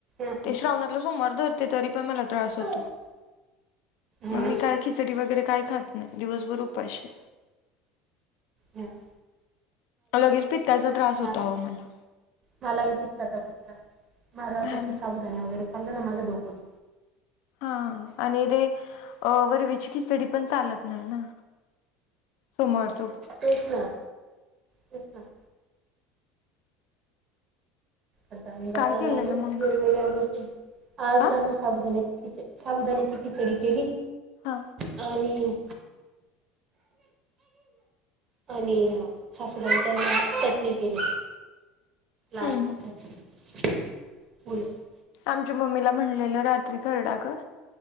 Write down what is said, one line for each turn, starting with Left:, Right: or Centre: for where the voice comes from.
Right: हां
Left: ते श्रवणा समोर धरते तरी पण मला त्रास
Right: हां
Left: होतो मग
Right: हो ना
Left: मी काय खिचडी वगैरे काय खात दिवसभर उपाशी.
Right: ह <inaudible>
Left: लगेच पित्त्याचा त्रास
Right: माझा
Left: होता अहो मला.
Right: मलाही पित्ताचा खूप त्रास मला
Left: हा
Right: तसे
Left: ना
Right: साबुदाणा वगैरे खाल्लं ना माझं डोको दु
Left: हा आणि तेे अ वरवीची खिचडी पण चालत नाहीना. सोमवारच
Right: तेच ना कृष्ण <inaudible>
Left: काय
Right: तो
Left: केलेलं
Right: माणूस
Left: मग
Right: वेगवेगळ्या गोष्टी आज
Left: आ
Right: आम्ही साबुदाण्याची खिच साबुदाण्याची खिचडी केली.
Left: हा
Right: आणि आणि सासूबाई त्यांना चटणी केली. लाल
Left: हम्म
Right: तिखट
Left: हम्म
Right: <unintelligible>
Left: आमच्या मम्मीला म्हणलेलं रात्री खरडा कर